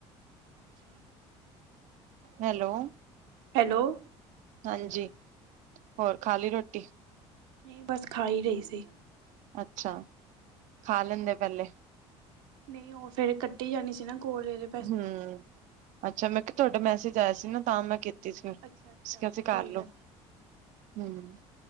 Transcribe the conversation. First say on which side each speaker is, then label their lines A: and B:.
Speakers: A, on the right (about 80°); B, on the right (about 60°).
A: ਅੱਛਾ।
B: ਹੈਲੋ।
A: ਹੈਲੋ।
B: ਹਾਂਜੀ, ਹੋਰ ਖਾਲੀ ਰੋਟੀ?
A: ਨਹੀਂ, ਬਸ ਖਾ, ਹੀ ਰਹੀ ਸੀ।
B: ਅੱਛਾ। ਖਾ ਲੈਂਦੇ ਪਹਿਲੇ।
A: ਨਹੀਂ ਉਹ ਫੇਰ, ਕੱਟੀ ਜਾਣੀ ਸੀ ਨਾ ਕੋਲ ਫਿਰ
B: ਹੂੰ, ਅੱਛਾ ਮੈਂ ਕਿਹਾ ਤੁਹਾਡਾ ਮੈਸੇਜ ਆਇਆ ਸੀ ਨਾ, ਤਾਂ, ਮੈਂ ਕੀ ਸੀ, ਫਿਰ ਤੁਸੀਂ
A: ਅੱਛਾ ਅੱਛਾ
B: ਕਿਆ ਸੀੇ
A: ਕੋਈ
B: ਕਾਰਲੋ।
A: ਗੱਲ
B: ਹੂੰ,